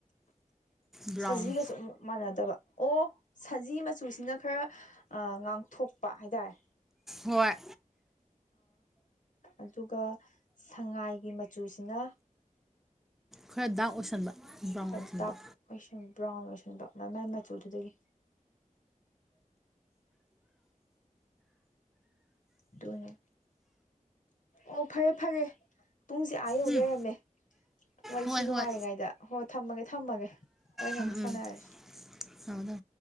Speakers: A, in the centre; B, on the left.
A: ꯕ꯭ꯔꯥꯎꯟ
B: ꯁꯖꯤꯒꯁꯨ ꯑꯃꯨꯛ ꯃꯥꯟꯅꯗꯕ ꯑꯣ ꯁꯖꯤ ꯃꯆꯨꯁꯤꯅ ꯈꯔ ꯉꯥꯡꯊꯣꯛꯄ ꯍꯥꯏꯇꯥꯔꯦ
A: ꯍꯏ
B: ꯑꯗꯨꯒ ꯁꯉꯥꯏꯒꯤ ꯃꯆꯨꯁꯤꯅ
A: ꯈꯔ ꯗꯥꯛ ꯑꯣꯏꯁꯟꯕ ꯕ꯭ꯔꯥꯎꯟ
B: ꯈ꯭ꯔꯦ
A: ꯑꯣꯏꯁꯟꯕ
B: ꯗꯞ ꯑꯣꯏꯁꯟ ꯄꯨꯔꯥꯝꯁ ꯄ ꯃꯥꯏ ꯃꯆꯨꯁꯤꯗꯒꯤ ꯑꯗꯨꯅꯦ ꯑꯣ ꯐꯔꯦ ꯐꯔꯦ ꯄꯨꯡꯁꯦ ꯑꯥ ꯌꯧ
A: ꯎꯝ
B: ꯂꯩꯔꯝꯃꯦ ꯋꯥꯔꯤꯁꯤꯦ
A: ꯍꯣꯏ
B: ꯅꯨꯡꯉꯥꯏꯔꯤꯉꯩꯗ
A: ꯍꯣꯏ
B: ꯍꯣꯏ ꯊꯝꯃꯒꯦ ꯊꯝꯃꯒꯦ ꯍꯣꯏꯅ
A: ꯎꯝ
B: ꯑꯃꯨꯛ
A: ꯎꯝ
B: ꯁꯥꯟꯅꯔꯁꯤ <inaudible>
A: ꯊꯝꯃꯣ ꯊꯝꯃꯣ